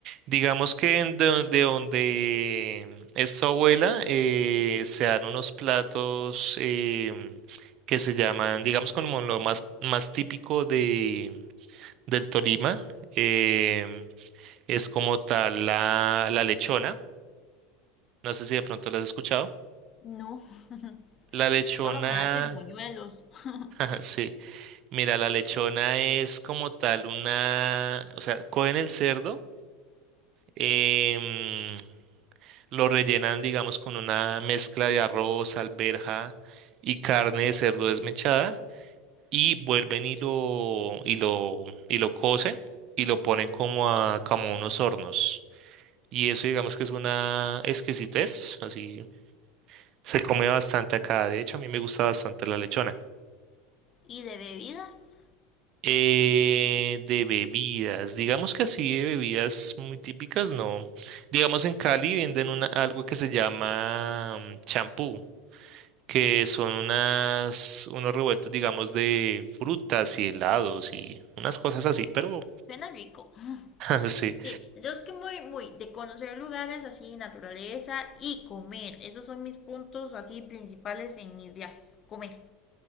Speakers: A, on the right; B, on the left.
A: Digamos que en do- de, donde es tu abuela, eh, se dan unos platos em, que se llaman, digamos, como lo más, más típico de, del Tolima. em, es como tal la, la lechona. No sé si de pronto la has escuchado.
B: No, <laughs>
A: La lechona,
B: solo me hace buñuelos. <laughs>
A: <laughs> sí. Mira, la lechona es como tal una, o sea, cogen el cerdo. em, Lo rellenan, digamos, con una mezcla de arroz, alberja y carne de cerdo desmechada y vuelven y lo, y lo, y lo cocen y lo ponen como a, como a unos hornos. Y eso, digamos que es una exquisitez, así se come bastante acá. De hecho, a mí me gusta bastante la lechona.
B: ¿Y de bebidas?
A: Eh, de bebidas, digamos que así de bebidas muy típicas, no. Digamos en Cali venden una, algo que se llama mm, champú. que son unas, unos revueltos, digamos, de frutas y helados y unas cosas así, pero
B: Suena rico.
A: <laughs> sí,
B: Sí, yo es que muy, muy de conocer lugares así, naturaleza y comer. Esos son mis puntos así principales en mis viajes. Comer.